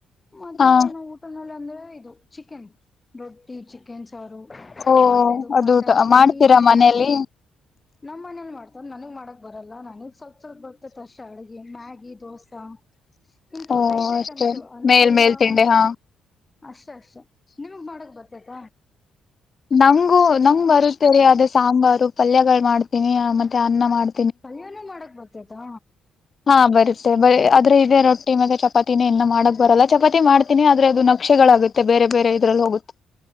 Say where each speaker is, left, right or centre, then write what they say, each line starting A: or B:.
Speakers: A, on the left; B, on the left.
A: ಮತ್ತೆ
B: ಹಾ
A: ಇನ್ನು ಊಟನಲ್ಲ ಅಂದ್ರೆ ಇದು ಚಿಕನ್ ರೊಟ್ಟಿ ಚಿಕನ್
B: ಓ
A: ಮತ್ತೆ ಇದು
B: ಅದು
A: ಮಟನ್
B: ಮಾಡ್ತೀರಾ
A: ಮೀನು
B: ಮನೇಲಿ
A: ನಮ್ಮ್ ಮನೇಲ್ ಮಾಡ್ತರ್ ನನಗ್ ಮಾಡಕ್ ಬರಲ್ಲ ನನಗ್ ಸ್ವಲ್ಪ ಸ್ವಲ್ಪ ಬರ್ತೈತೆ ಅಷ್ಟೆ ಅಡುಗೆ ಮ್ಯಾಗಿ ದೋಸಾ ಇಂತವ್
B: ಓ
A: ರೈಸ್ ಐಟಮ್ಸ
B: ಅಷ್ಟೇ
A: ಅಂದ್ರೆ
B: ಮೇಲ್
A: ಇಲ್ಲ
B: ಮೇಲ್ ತಿಂಡಿ ಹಾ
A: ಅಷ್ಟ ಅಷ್ಟೆ ನಿಮಗ್ ಮಾಡಕ್ ಬತ್ತೈತ
B: ನಂಗು ನಂಗ್ ಬರುತ್ತೇರಿ ಅದೇ ಸಾಂಬಾರು ಪಲ್ಯಗಳು ಮಾಡ್ತೀನಿ ಮತ್ತೆ ಅನ್ನ ಮಾಡ್ತ
A: ಪಲ್ಯನೂ ಮಾಡಕ್ ಬರ್ತತಾ
B: ಹಾ ಬರುತ್ತೆ ಬರಿ ಆದ್ರೆ ಇಗ ರೊಟ್ಟಿ ಮತ್ತೆ ಚಪಾತಿನೇ ಇನ್ನ ಮಾಡಕ್ ಬರಲ್ಲ ಚಪಾತಿ ಮಾಡ್ತೀನಿ ಆದ್ರೆ ಅದು ನಕ್ಷೆಗಳು ಆಗುತ್ತೆ ಬೇರೆ ಬೇರೆ ಇದ್ರಲ್ಲಿ ಹೋಗುತ್ತೆ